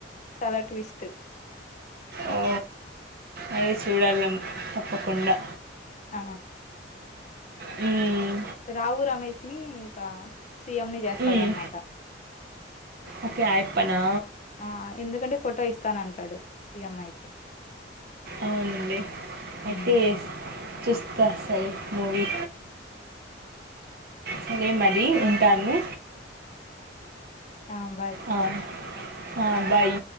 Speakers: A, on the left (about 40°); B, on the right (about 55°).
A: చాలా ట్విస్ట్
B: ఓ అదే చూడాలి నేను తప్పకుండా
A: ఆ
B: మ్మ్
A: రావు రమేష్ ని ఇంకా సీ ఎం ని చేస్తాడనమాట
B: మ్మ్. ఓకే అయిపోనా
A: ఆ ఎందుకంటే ఫోటో ఇస్తానంటాడు సిఎం అయితే
B: అవునండి అయితే
A: ఉమ్
B: చూస్త సరి మూవీ సరే మరి
A: ఓకే
B: ఉంటాను
A: ఆ బాయ్
B: ఆ, ఆ బాయ్